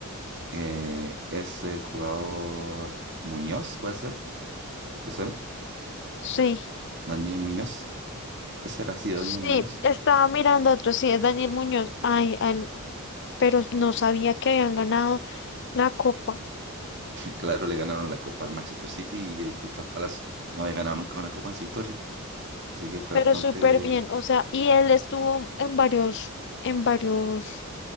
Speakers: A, on the right; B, on the left.
A: Eh, es el jugador Muñoz, ¿puede ser? ¿Te suena?
B: sí,
A: Daniel Muñoz. Ese era, sí, Daniel
B: sí.
A: Muñoz.
B: Estaba mirando otro, sí, es Daniel Muñoz. Ay, al- pero no sabía que habían ganado la copa.
A: Claro, le ganaron la copa al Manchester City y el Crystal Palace no había ganado nunca una copa en su historia. Así que fue
B: Pero
A: bastante...
B: súper bien, o sea, y él estuvo en varios, en varios,